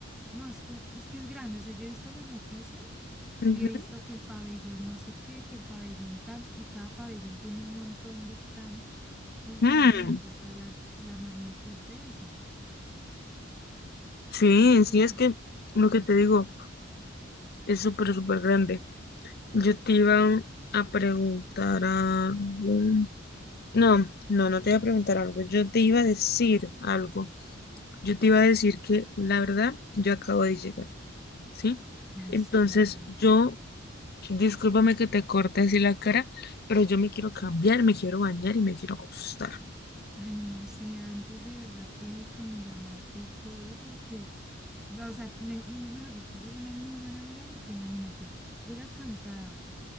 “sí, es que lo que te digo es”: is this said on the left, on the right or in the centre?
Left